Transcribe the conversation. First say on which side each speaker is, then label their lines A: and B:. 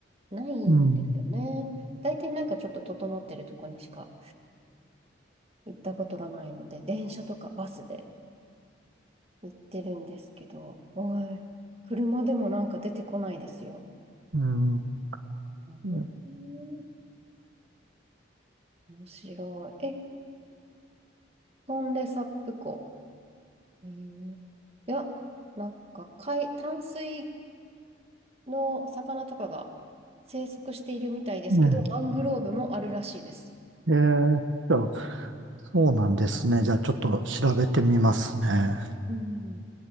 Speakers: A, on the right; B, on the right.
A: ないんですよね。
B: うん。
A: 大体なんかちょっと整ってるとこにしか行ったことがないので、電車とかバスで行ってるんですけど、おい、車でもなんか出てこないですよ。
B: うん。
A: うん、
B: いや
A: 面白い。え、トンレサップ湖。えーいや、なんか海、淡水の魚とかが生息しているみたいですけど、
B: ね
A: マングローブもあるらしいです。
B: え。えーじゃあ、そうなんですね。じゃあ、ちょっと調べてみますね。
A: うん。